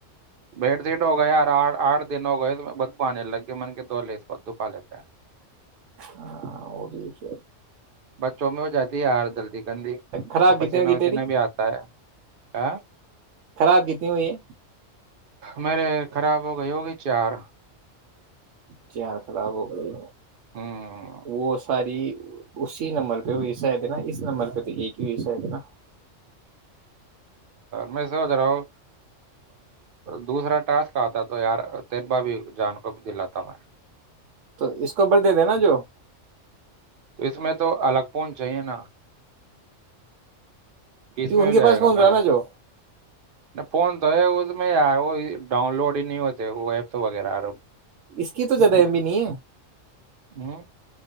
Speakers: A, on the right; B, on the right.
A: بیڈ شیٹ ہوگا یار آٹ آٹھ دن ہو گئے تو بد کو آنے لگے من کے دو لی اس ب دپا لیتا ہے
B: ہاں وہ بھیچ
A: بچوں میں ہو جاتی ہے یار جلدی گندی
B: خراب
A: تو پسینہ
B: کتنی ہوگی
A: وسیینہ
B: تیری
A: بھی آتا ہے آ <inaudible>
B: خراب کتنی ہوئی ہے
A: میرے خراب ہو گئی ہوگی چار
B: چیار خراب ہو گئی
A: ہوں
B: وہ ساری اسی نمبر پہیسہ ہے د نا اس نمبر پہ تو ایک ہی ویسہ ہے تھ نا
A: میں سوچ رہا ہوں دوسرا ٹاسک آتا تو یار تین بار بھی جان کو دلاتا ہ میں
B: تو اس کو بر دے د نا جو
A: تو اس میں تو الگ فون چاہیے نا کس
B: کہ
A: میں
B: ان
A: ہو
B: کے
A: جائے
B: پاس
A: گا
B: کون
A: میرے
B: رہا نا
A: میں
B: جو
A: فون تو ہے تو میں یار ہو ڈاؤن لوڈ ہی نہیں ہوتے وہ ایپس وغیرہر
B: اس کی تو جدہائم بھی نہیں ہے
A: ہوں